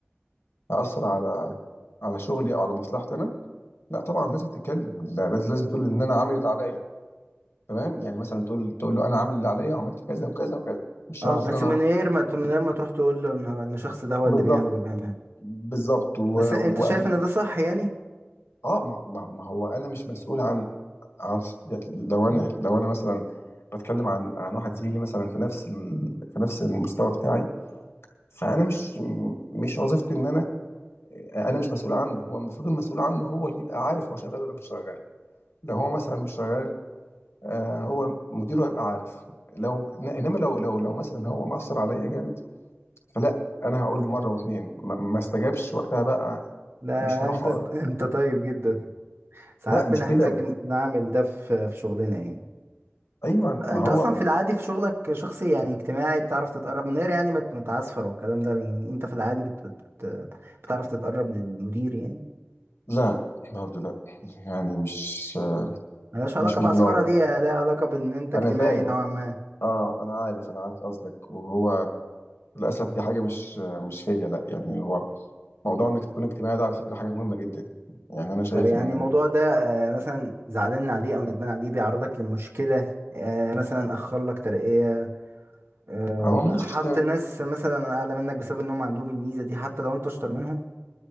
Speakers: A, on the left (about 85°); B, on the right (about 70°).
A: هأثر على على شغلي او على مصلحتي انا لا طبعا لازم تتكلم لا لازم لازم تقول ان انا عامل اللي عليا تمام يعني مثلا تقول تقول له انا عامل اللي عليا وعملت كذا وكذا وكذا مش شرط
B: اه بس
A: ان انا
B: من
A: اروح
B: غير ما من غير ما تروح تقول له ان هو- ان الشخص ده هو
A: بالظبط
B: اللي بيعمل وبيعمل
A: بالظبط و-
B: بس انت
A: وقبل
B: شايف ان ده صح يعني
A: اه ما, ما, ما هو انا مش مسؤول عن عن لو انا لو انا مثلا بتكلم عن عن واحد زميلي مثلا في نفس ال... في نفس المستوى بتاعي فانا مش مش وظيفتي ان انا انا مش مسؤول عنه هو المفروض المسؤول عنه هو اللي يبقى عارف هو شغال ولا مش شغال لو هو مثلا مش شغال آه هو مديره هيبقى عارف لو انما لو لو لو مثلا هو مأثر عليا جامد فلا انا هقول له مره واتنين ما, ما استجابش وقتها بقى
B: لا
A: مش هروح
B: انت
A: أقول-
B: انت انت طيب جدا ساعات
A: لا
B: بنحتاج
A: مش كده
B: نعمل ده في في شغلنا يعني
A: ايوه ما
B: انت
A: هو
B: اصلا في العادي في شغلك شخصي يعني اجتماعي بتعرف تتقرب من غير يعني ما ت- ما تعصفر والكلام ده يعني انت في العادي بت... بت... بتعرف تتقرب للمدير يعني
A: لا برضو لا يعني مش
B: ملهاش علاقة
A: مش من
B: بعصفرة
A: النوع ده
B: دي لها علاقة بان انت اجتماعي
A: انا فاهم
B: نوعا ما
A: اه انا عارف انا عارف قصدك وهو للاسف دي حاجه مش مش فيا لا يعني هو موضوع انك تكون اجتماعي ده على فكره حاجه مهمه جدا يعني انا شايف
B: طب يعني
A: ان
B: الموضوع ده آه، مثلا زعلان عليه او ندمان عليه بيعرضك لمشكلة آه، مثلا اخر لك ترقية آه،
A: هو مش
B: حط ناس مثلا اعلى منك بسبب انهم عندهم الميزة دي حتى لو انت اشطر منهم